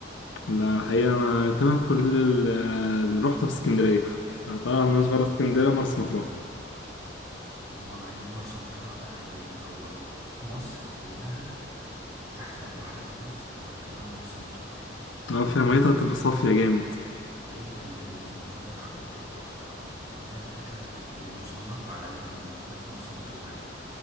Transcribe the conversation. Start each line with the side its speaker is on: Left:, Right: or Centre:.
Left: لا الحقيقة أنا تمام كل ال- آه، اللي روحته في اسكندرية طبعا مش
Right: آه.
Left: برا اسكندرية مرسى مطروح
Right: ما هي مرسى مطروح بقى هي هو مصر كلها أحسن بحر في مصر هو تقريبا مرسى مطروح
Left: أه فيها ميتها
Right: مرسى
Left: هتبقى
Right: مطروح
Left: صافية جامد
Right: جدا جدا جدا وفيها شواطئ تحفة والمية بتاعتها يعني هي مصنفة عالميا مية مرسى مطروح يعني